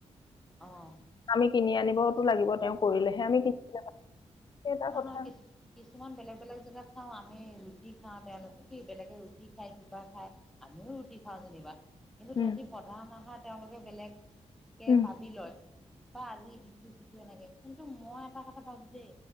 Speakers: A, in the centre; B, on the left.
A: অ'হ।
B: আমি কিনি আনিবতো লাগিব তেওঁ কৰিলেহে আমি কেতিয়াবা, সেই এটা
A: নহয়
B: কথা।
A: নহয় কিছু কিছুমান বেলেগ বেলেগ জেগাত খাওঁ আমি ৰুটি খাওঁ তেওঁলোকে কি বেলেগে ৰুটি খায় কিবা খাই আমিও ৰুটি খাওঁ যেনিবা। কিন্তু
B: উম
A: তহঁতি প্ৰধান নশাৰ তেওঁলোকে বেলেগ। কে
B: উম উম
A: ভাবি লয়। বা আজি সিটো সিটো এনেকে। টো মই এটা কথা পাবাম যে।